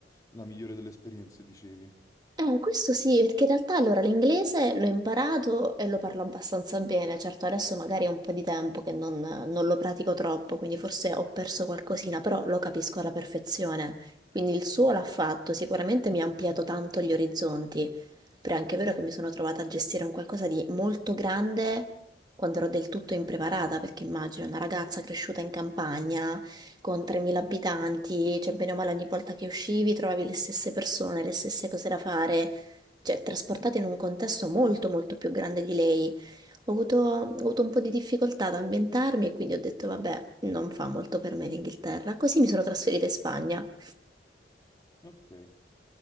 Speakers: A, on the left; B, on the right.
A: la migliore delle esperienze, dicevi.
B: Eh, questo sì, perché in realtà allora l'inglese l'ho imparato e lo parlo abbastanza bene, certo adesso magari è un po' di tempo che non, non lo pratico troppo, quindi forse ho perso qualcosina, però lo capisco alla perfezione, quindi il suo l'ha fatto, sicuramente mi ha ampliato tanto gli orizzonti, però è anche vero che mi sono trovata a gestire un qualcosa di molto grande quando ero del tutto impreparata, perché immagino una ragazza cresciuta in campagna con 3.000 abitanti, cioè bene o male ogni volta che uscivi trovavi le stesse persone, le stesse cose da fare, cioè trasportata in un contesto molto molto più grande di lei. Ho avuto, ho avuto un po' di difficoltà ad ambientarmi e quindi ho detto vabbè, non fa molto per me l'Inghilterra, così mi sono trasferita in Spagna.
A: Ok.